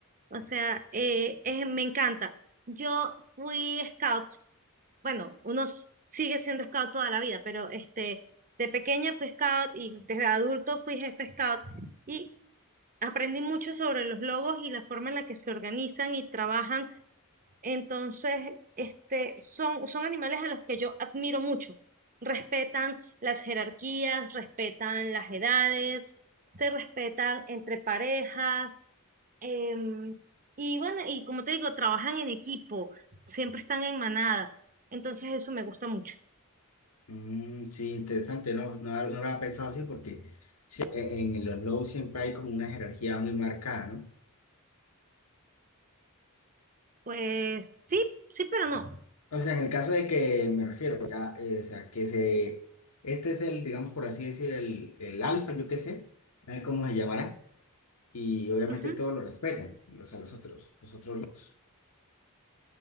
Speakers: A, on the right; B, on the left.
A: O sea, eh, es- me encanta. Yo fui scout, bueno, uno s- sigue siendo scout toda la vida, pero este, de pequeña fui scout y desde adulto fui jefe scout y aprendí mucho sobre los lobos y la forma en la que se organizan y trabajan entonces, este, son, son animales a los que yo admiro mucho. Respetan las jerarquías, respetan las edades, se respetan entre parejas. em, y bueno, y como te digo, trabajan en equipo, siempre están en manada. Entonces, eso me gusta mucho.
B: Mm, sí, interesante, no, no, no lo había pensado así porque sí, en en los lows siempre hay como una jerarquía muy marcada, ¿no?
A: Pues sí, sí, pero no.
B: O sea, en el caso de que me refiero, ya, eh, o sea, que se, este es el, digamos por así decir, el, el alfa, yo qué sé, no sé cómo se llamará, y obviamente
A: Ujú.
B: todos lo respetan, los a los otros, los otros lows.